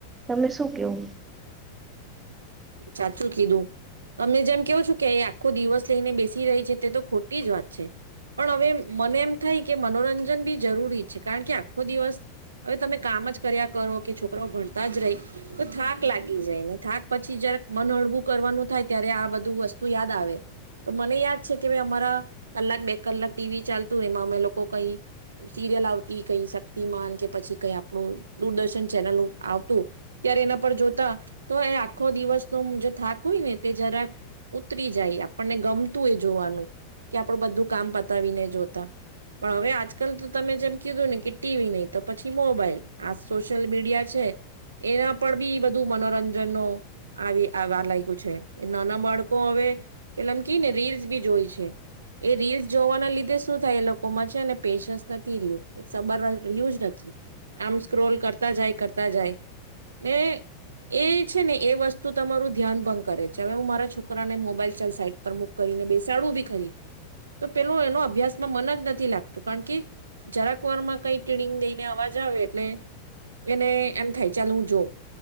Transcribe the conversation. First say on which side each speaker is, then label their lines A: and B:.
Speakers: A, on the right; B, on the right.
A: તમે શું કેવું
B: સાચું કીધું અમે જેમ કેવું છું કે આખો દિવસ લઈને બેસી રહી છે તે તો ખોટી જ વાત છે પણ હવે મને એમ થાય કે મનોરંજન બી જરૂરી છે કારણ કે આખો દિવસ હવે તમે કામ જ કર્યા કરો કે છોકરાઓ ભણતા જ રહી તો થાક લાગી જાય ને થાક પછી જરા મન હળવું કરવાનું થાય ત્યારે આ બધું વસ્તુ યાદ આવે તો મને યાદ છે કે ભાઈ અમારા કલાક બે કલાક ટીવી ચાલતું એમાં અમે લોકો કઈ સિરિયલ આવતી કઈ શક્તિમાન કે પછી કઈ આપણું દૂરદર્શન ચેનલ આવતું ત્યારે એના પર જોતા તો એ આખો દિવસ તો જે થાક હોય ને તે જરાક ઉતરી જાય આપણને ગમતું એ જોવાનું કે આપડું બધું કામ પતાવીને જોતા પણ હવે આજકાલ તો તમે જેમ કીધું ને કે ટીવી નહી તો પછી મોબાઈલ આ સોશિયલ મીડિયા છે એના પર બી બધું મનોરંજનનો આવી આવા લાગ્યું છે નાના બાળકો હવે પેલામાં કેને રીલ્સ બી જોઈ છે એ રીલ્સ જોવાના લીધે શું થાય એ લોકોમાં છે ને પેશન્સ નથી રહ્યું એ સબર રહ્યું જ નથી આમ સ્ક્રોલ કરતા જાય કરતા જાય ને એ છે ને એ વસ્તુ તમારું ધ્યાન ભંગ કરે છે હવે હું મારા છોકરાને મોબાઈલ સાઇડ પર મુકઈ કરીને બેસાડું બી ખરી તો પેલું એનો અભ્યાસમાં મન જ નથી લાગતું કારણ કે જરાકવારમાં કઈ ટીનિંગ દઈને અવાજ આવે એટલે એને એમ થાય ચાલ હું જોઉ